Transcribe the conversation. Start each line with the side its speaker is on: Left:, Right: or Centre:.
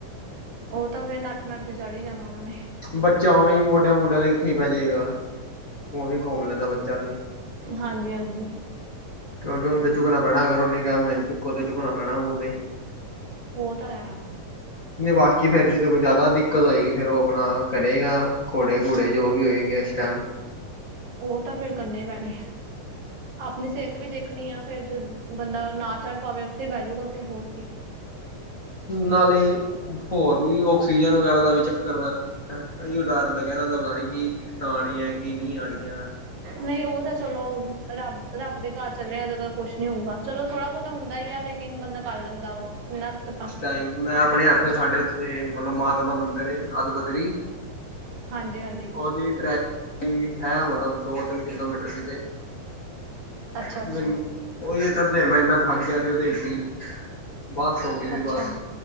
Right: ਉਹ ਤਾਂ ਫਿਰ ਨੱਠ -ਨੱਠ ਕੇ, ਚੜ੍ਹ ਹੀ ਜਾਣਾ ਉਹਨਾ ਨੇ।
Left: ਬੱਚਾ ਉਵੇ, ਮੋਢਿਆਂ- ਮੋਢਿਆਂ ਤੇ ਕਿੱਥੇ ਹੀ ਪੈ ਜਾਵੇਗਾ, ਉਵੇਂ ਘੁੰਮ ਲੈਂਦਾ ਬੱਚਾ ਤੇ।
Right: ਹਾਂ ਜੀ, ਹਾਂ ਜੀ,
Left: ਕਿਉਂਕਿ ਉਨੂੰ ਤੇ ਚੁੱਕਣਾ ਪੈਣਾ ਹੇ, ਅਗਰ ਉਹਨੇ ਕਿਹਾ ਮੈਨੂੰ ਚੁਕੋ ਤੇ, ਚੁੱਕਣਾ ਪੈਣਾ ਉਹਨੂੰ ਤੇ।
Right: ਉਹ ਤਾਂ ਹੈ।
Left: ਨਹੀਂ, ਬਾਕੀ ਫਿਰ ਇਨ ਚਿਜੋ ਤੇ ਜ਼ਿਆਦਾ ਦਿੱਕਤ ਹੋਵੇਗੀ, ਫਿਰ ਉਹ ਆਪਣਾ ਕਰੇਗਾ ਘੋੜੇ -ਘੋੜੇ ਜੋ ਵੀ ਹੋਏਂਗੇ ਉਸ ਟਾਈਮ।
Right: ਉਹ ਤਾਂ ਫਿਰ ਕਰਨੀੇ ਹੀ ਪੈਣੇ, ਆਪਣੀ ਸਿਹਤ ਵੀ ਦੇਖਨੀ ਆ। ਫੇਰ ਜਦ ਬੰਦਾ ਨਾ ਚੜ ਪਾਵੇ, ਉਥੈ ਬੇਹਜੂਗਾ ਫਿਰ ਹੋਰ ਕੀ।
Left: ਨਾਲੇ, ਹੋਰ ਵੀ ਉਹ ਸੀਜਨ ਵਗੈਰਾ ਦਾ ਵੀ ਚੱਕਰ ਪੈਂਦਾ, ਏਹੀ ਡਰ ਲੱਗਿਆ ਰਹਿੰਦਾ, ਪਤਾ ਨਹੀਂ ਕਿ ਦਿੱਕਤਾਂ ਆਣੀਆਂ ਐ। ਕੀ ਨੀ ਆਣੀਆਂ।
Right: ਨਹੀਂ ਉਹ ਤਾਂ ਚਲੋ, ਰੱਬ-ਰੱਬ ਦੇ ਘਰ ਚੱਲਿਆ ਏਦਾਂ ਤਾਂ ਕੁਝ ਨਹੀਂ ਹੋਊਗਾ। ਚਲੋ, ਥੋੜ੍ਹਾ-ਬਹੁਤਾ ਹੁੰਦਾ ਹੀ ਆ, ਲੇਕਿਨ ਬੰਦਾ ਕਰ ਲੈਂਦਾ ਵਾ ਇੰਨਾ ਕੁ ਤਾਂ।
Left: ਕਈ ਵਾਰੀ ਮੈਂ ਆਪ ਆਪਣੇ ਹੱਥ ਸਾਡੇ ਉੱਥੇ ਮਤਲਬ ਮਾਤਾ ਦਾ ਮੰਦਰ ਏ, ਅੱਧ ਬੱਧਰੀ
Right: ਹਾਂ ਜੀ, ਹਾਂ ਜੀ,
Left: ਉਹਦੀ ਟ੍ਰੈਕਿੰਗ ਹੈ, ਮਤਲਬ ਦੋ- ਤਿੰਨ ਕਿਲੋਮੀਟਰ ਦੀ ਤੇ
Right: ਅੱਛਾ
Left: ਮੈਨੂੰ
Right: ਅੱਛਾ
Left: ਉਹੀ ਚੜ੍ਹਦੇ ਮੈਂ ਇੰਨਾ ਥੱਕ ਗਿਆ ਸੀ, ਉਹਦੇ ਵਿਚ ਹੀ। ਬਸ ਹੋ ਗਈ ਸੀ
Right: ਅੱਛਾ
Left: ਬਸ,